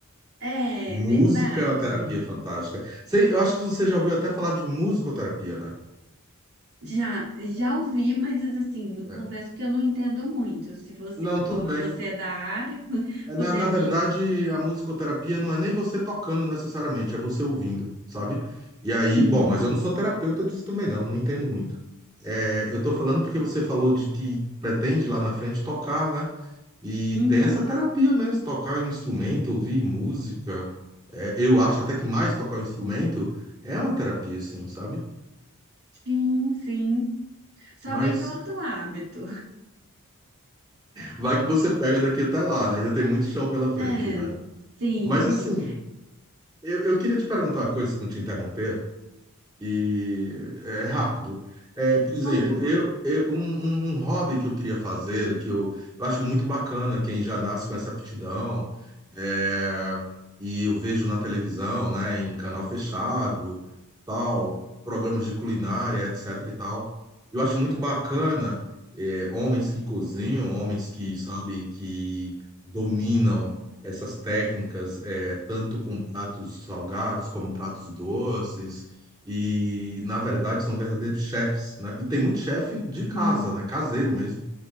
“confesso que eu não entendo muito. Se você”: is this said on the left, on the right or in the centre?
Right